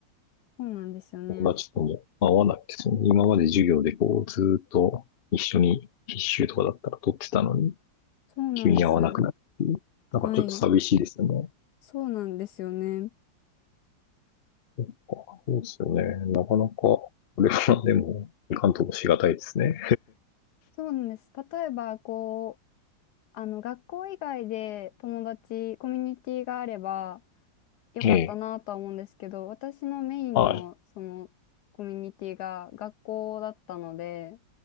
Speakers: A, on the left; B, on the left.
A: そうなんですよね。
B: 友達とも合わないですよね。今まで授業でこう、ずーっと一緒に必修とかだったら取ってたのに、
A: そうなんです。
B: 急に合わなくなるっていう。なんかちょっと寂しいですよね。
A: はい。そうなんですよね。
B: そっかそうですよね。なかなか、これは <laughs> でも、いかんともしがたいですね。
A: そうなんです。例えば、こう、あの、学校以外で友達、コミュニティがあれば、よかったなとは思うんですけど、
B: <laughs> ええ、
A: 私のメインの、
B: はい。
A: その、コミュニティが学校だったので、